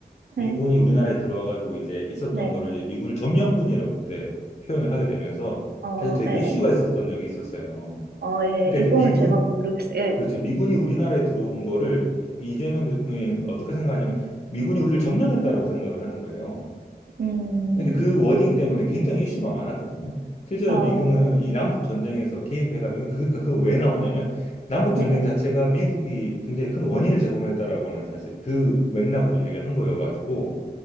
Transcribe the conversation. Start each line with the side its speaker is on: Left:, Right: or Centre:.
Left: 미군이
Right: 네,
Left: 우리나라에 들어와가지고 이제 있었던
Right: 네,
Left: 거를 이제 미군을 점령군이라고 그때 표현을 하게 되면서
Right: 어,
Left: 사실 되게
Right: 네,
Left: 이슈가
Right: 네.
Left: 있었던 적이 있었어요.
Right: 어, 예, 예.
Left: 그러니까
Right: 이번은
Left: 이제 미군,
Right: 제가 모르겠어요. 예,
Left: 그렇죠. 미군이 우리나라에 들어온 거를 이재명 대통령이 어떻게 생각하냐면 미군이 우리를 점령했다라고 생각을 하는 거예요.
Right: 음,
Left: 근데 그 워딩 때문에 굉장히 이슈가 많았거든요. 실제로
Right: 어,
Left: 미군은
Right: 예,
Left: 이 남북 전쟁에서 개입해가지고 그- 그러니까 그거 왜 나오냐면 남북 전쟁
Right: 네, 네,
Left: 자체가 미국이 굉장히 큰 원인을 제공했다라고 하는 사실 그 맥락으로 이야기를 한 거여가지고